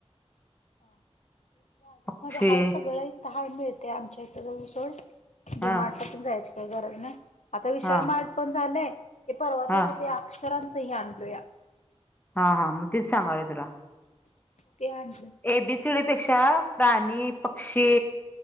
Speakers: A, on the left; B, on the left.
A: हा बाजारमध्ये
B: पक्षी
A: हाय सगळं, इथं हाय मिळतय आमच्या इथं, जाऊन सोड डिमार्ट
B: हा
A: ला पण जायची काही गरज नाही, आता विशाल
B: हा
A: मार्ट पण झालंय ते परवा
B: हा
A: त्याच ते, अक्षरांचं हे, आणलो या
B: हा, हा, म तेच सांगाय तुला
A: ते आन
B: ए, बी, सी, डी पेक्षा प्राणी, पक्षी